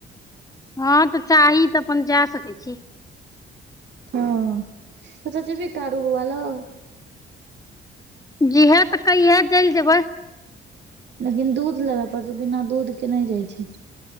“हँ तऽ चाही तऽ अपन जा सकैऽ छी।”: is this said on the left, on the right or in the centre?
Left